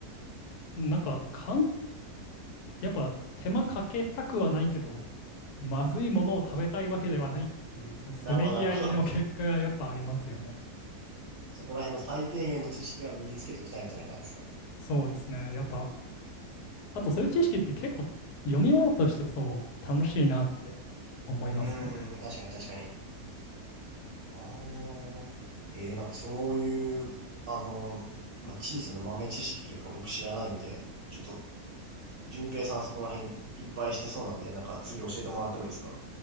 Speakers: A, on the left; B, on the right.
A: なんか、かん、やっぱ手間かけたくはないけど、まずいものを食べたいわけではないっていう、
B: <laughs>
A: そのせめぎ合いの結果がやっぱありますよね。
B: なるほど、なるほど。<laughs> そこら辺の最低限の知識は身につけときたいみたいな感じですか
A: そうですね。やっぱ、あとそういう知識って結構読み物としてそう楽しいなって思いますね。
B: うーん、確かに確かに。ああ。えーなんかそういう、あの、まあ、小さな豆知識というか僕知らないんで、ちょっと、順平さんそこら辺いっぱいしてそうなんで、なんか次教えてもらってもいいですか